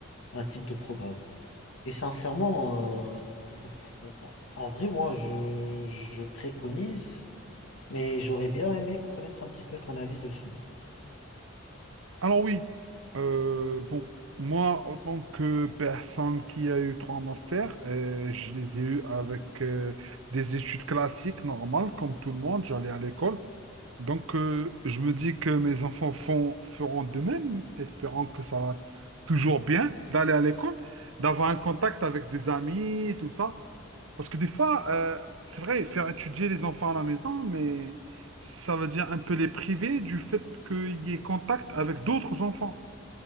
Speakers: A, on the left; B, on the right.
A: un type de programme. Et sincèrement, euh, pour- en vrai, moi, je, je préconise, mais j'aurais bien aimé connaître un petit peu ton avis dessus.
B: Alors oui, euh, bon, moi, en tant que personne qui a eu trois masters, euh, je les ai eus avec euh, des études classiques normales, comme tout le monde, j'allais à l'école. Donc, euh, je me dis que mes enfants font, feront de même, espérant que ça va toujours bien d'aller à l'école, d'avoir un contact avec des amis, tout ça. Parce que des fois, euh, c'est vrai, faire étudier les enfants à la maison, mais ça veut dire un peu les priver du fait qu'il y ait contact avec d'autres enfants.